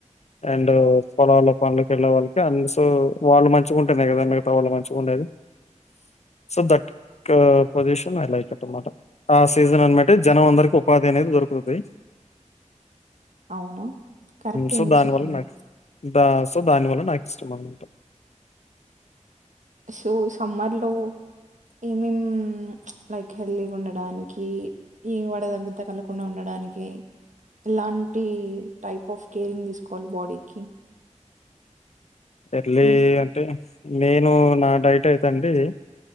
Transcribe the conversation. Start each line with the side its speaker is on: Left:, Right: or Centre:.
Left: అండ్ పొలల్లో పనులకి వెళ్ళే వాళ్ళకి అ సో వాళ్ళు మంచిగా ఉంటేనే కదా మిగతా వాళ్ళ మంచిగా ఉండేది సో దట్ కా పొజిషన్ అలాయికట్నమాట ఆ సీజన్ అనమాటే జనం అందరికి ఉపాధి అనేది దొరుకుతుది
Right: అవును కరెక్టే
Left: సో
Right: మీరు
Left: దాని
Right: చెప్పింది
Left: వాళ న్ దా సో దాని వల్ల నాకు ఇష్టం అన్నమాట
Right: సో సమ్మర్ లో ఏమేం లైక్ హెల్దీగా ఉండడానికి ఈ వడ దెబ్బ తగలకుండా ఉండడానికి డానికి ఎలాంటి టైప్ ఆఫ్ కేరింగ్ తీసుకోవాలి బాడీకి
Left: ఎర్లీ
Right: మీకు
Left: అంటే నేను నా డైట్ అయితే అండి